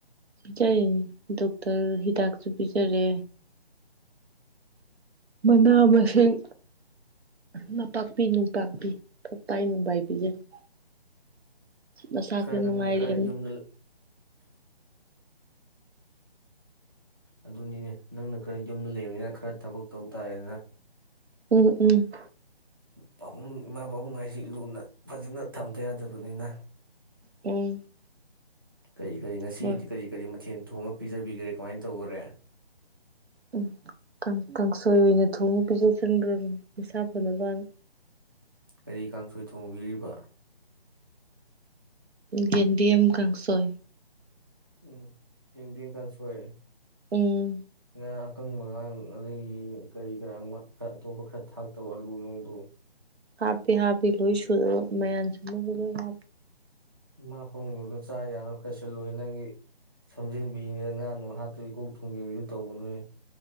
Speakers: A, on the right (about 80°); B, on the right (about 20°).
A: ꯄꯤꯖꯔꯤꯅꯤ ꯗꯣꯛꯇꯔ ꯍꯤꯗꯥꯛꯁꯨ ꯄꯤꯖꯔꯦ ꯃꯅꯥ ꯃꯁꯤꯡ ꯅꯄꯥꯛꯄꯤ ꯅꯨꯡꯇꯥꯛꯄꯤ ꯐꯣꯛꯄꯥꯏ ꯅꯨꯡꯕꯥꯥꯏ ꯄꯤꯖꯔꯤ ꯃꯁꯥ ꯈꯔ
B: ꯅꯪꯅ
A: ꯅꯨꯡꯉꯥꯏꯔꯒꯑ
B: ꯈꯔ ꯌꯨꯝꯗ ꯑꯗꯨꯅꯤꯅꯦ ꯅꯪꯅ ꯈꯔ ꯌꯨꯝꯗ ꯂꯩꯕꯅꯤꯅ ꯈꯔ ꯊꯕꯛ ꯇꯧ ꯇꯥꯔꯦꯅ
A: ꯎꯝ ꯎꯝ
B: ꯄꯥꯕꯨꯡ ꯏꯃꯥ ꯄꯥꯕꯨꯡ ꯍꯥꯏꯁꯤ ꯂꯨꯅ ꯐꯖꯅ ꯊꯝꯗ ꯌꯥꯗꯕꯅꯤꯅ
A: ꯎꯝ
B: ꯀꯔꯤ ꯀꯔꯤ ꯉꯁꯤꯗꯤ
A: ꯍꯣꯏ
B: ꯀꯔꯤ ꯀꯔꯤ ꯃꯊꯦꯜ ꯊꯣꯉ ꯄꯤꯖꯕꯤꯈ꯭ꯔꯦ ꯀꯃꯥꯏꯅ ꯇꯧꯒꯔꯦ
A: ꯎꯝ ꯀꯥꯡ ꯀꯥꯡꯁꯣꯏ ꯑꯣꯏꯅ ꯊꯣꯡꯉ ꯄꯤꯖꯁꯤꯟꯕ꯭ꯔ ꯃꯁꯥ ꯐꯅꯕꯅ
B: ꯀꯔꯤ ꯀꯥꯡꯁꯣꯏ ꯊꯣꯡꯕꯤꯔꯤꯕ
A: ꯋꯦꯟꯗꯤꯌꯦꯝ ꯀꯥꯡꯁꯣꯏ
B: ꯎꯝ ꯌꯦꯟꯗꯤꯟ ꯀꯥꯟ ꯁꯣꯏ
A: ꯎꯝ
B: ꯉꯥ ꯑꯀꯪꯕꯒ ꯑꯗꯒꯤ ꯀꯔꯤ ꯀꯔꯥꯡ ꯈꯔ ꯑꯇꯣꯞꯄ ꯈꯔ ꯊꯥꯛꯇꯕ ꯑꯂꯨ ꯅꯨꯡꯗꯣ
A: ꯍꯥꯞꯄꯤ ꯍꯥꯞꯄꯤ ꯂꯣꯏ ꯁꯨꯨꯔꯒ ꯃꯌꯥꯟ ꯁꯨꯅꯕ ꯂꯣꯏ ꯍꯥꯞꯄꯤ
B: ꯏꯃꯥ ꯄꯕꯨꯗꯣ ꯆꯥ ꯌꯥꯅꯕ ꯈꯔꯥꯁꯤꯜꯂꯣ ꯅꯪꯒꯤ ꯁꯝꯖꯤꯟꯕꯤꯅꯤꯅ ꯉꯍꯥ ꯅꯣꯡ ꯍꯥꯞꯇꯕꯤ ꯀꯣꯛ ꯊꯣꯡꯖꯤꯟꯕꯤꯗꯨ ꯇꯧꯕꯅꯩ